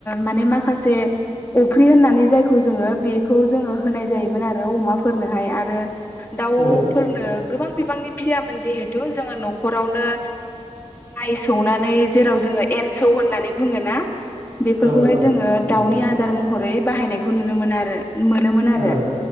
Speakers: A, on the left; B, on the right.
A: माने माखासे अफ्रि होननानै जायखौ जों ओ बेखौ जोङो होनाय जायोमोन आरो अमाफोरनोहाय आरो दावफोरनो
B: औ
A: गोबां बिबांनि फियामोन जिहेथु जोङो न'खरावनो माइ सौनानै जेराव जोङो एनसौ होननानै बुङोना? बेफोरखौहाय
B: औ औ
A: जोङो
B: नंगौ
A: दाउनि आदार महरै बाहायनायखौ नुनो मोनो आरो मोनोमोन आरो
B: औ